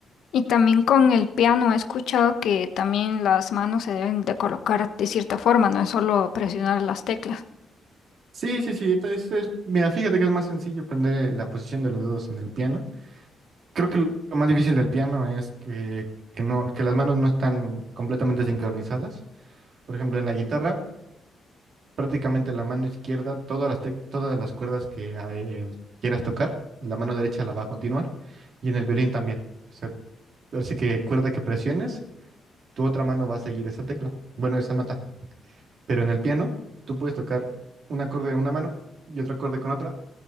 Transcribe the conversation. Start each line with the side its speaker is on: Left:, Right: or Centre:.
Left: Y también con el piano he escuchado que también las manos se deben de colocar de cierta forma, no es solo presionar las teclas.
Right: Sí, sí, sí. es- es- mira, fíjate que es más sencillo aprender la posición de los dedos en el piano. Creo que lo lo más difícil del piano es que, que no, que las manos no están completamente sincronizadas. Por ejemplo, en la guitarra. prácticamente la mano izquierda, todas las, tec- todas las cuerdas que ah, eh, quieras tocar, la mano derecha la va a continuar y en el violín también. O sea, así que cuerda que presiones, tu otra mano va a seguir esa tecla, bueno, esa nota. Pero en el piano, tú puedes tocar un acorde de una mano y otro acorde con otra